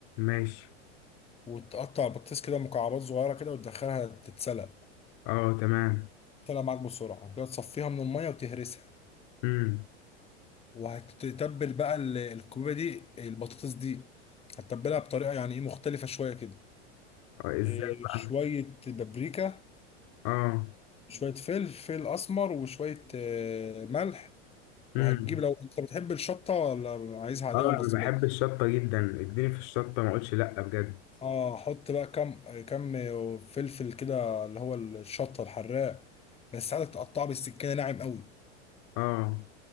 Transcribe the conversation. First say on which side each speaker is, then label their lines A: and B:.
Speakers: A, on the left; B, on the left.
A: ماشي
B: وتقطع بطاطس كده مكعبات صغيره كده وتدخلها تتسلق
A: اه تمام
B: طلع معاك بسرعة كده تصفيها من المية وتهرسها
A: امم
B: وهتتبل بقى ال- الكوبيبة دي البطاطس دي هتتبلها بطريقة يعني ايه مختلفة شوية كده
A: اه ازاي
B: إيه،
A: بقى
B: شوية بابريكا
A: اه
B: شوية فلفل أسمر وشوية آه، ملح
A: امم
B: وهتجيب لو أنت بتحب الشطة ولا عايزها عادية
A: اه
B: ولا
A: انا
B: صبية
A: بحب الشطه جدا اديني في الشطه ما اقولش لا بجد
B: اه حط بقى كم كم فلفل كده اللي هو الشطة الحراق بس عايزك تقطعه بالسكينة ناعم قوي
A: اه